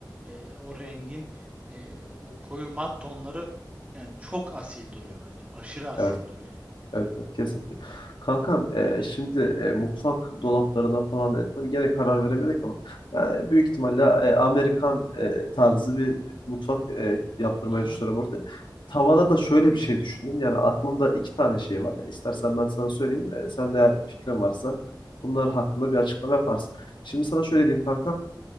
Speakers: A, on the right; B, on the left.
A: e, o rengin e, o koyu mat tonları yani çok asil duruyor bence. Aşırı asil
B: Evet.
A: duruyor yani.
B: Evet, evet kesinlikle. Kankam e, şimdi e, mutfak dolaplarına falan e, gene karar veremedik ama e, büyük ihtimalle e, Amerikan e, tarzı bir mutfak e, yaptırmayı
A: Hı hı,
B: düşünüyorum orada. Tavana da şöyle bir şey düşündüm. Yani aklımda iki tane şey var. İstersen ben sana söyleyeyim. E, sen de eğer fikrin varsa bunlar hakkında bir açıklama yaparsın. Şimdi sana şöyle diyeyim kankam.